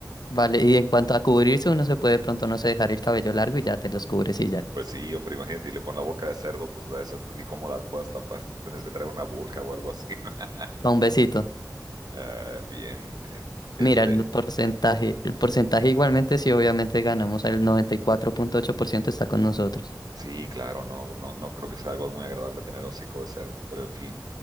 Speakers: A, on the left; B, on the right.
A: Vale, y en cuanto a cubrirse, uno se puede de pronto, no sé, dejar el cabello largo y ya te los cubres y ya.
B: Pues sí, hombre, imagínate, y luego con la boca de cerdo, pues de eso ni cómo la puedas tapar. Tendrías que traer una burka o algo así. <laughs>
A: Pa' un besito.
B: Ah, bien, eh, este,
A: Mira, el porcentaje, el porcentaje igualmente sí, obviamente ganamos, el noventa y cuatro punto ocho por ciento está con nosotros.
B: sí, claro, no, no, no creo que sea algo muy agradable tener hocico de cerdo, pero en fin.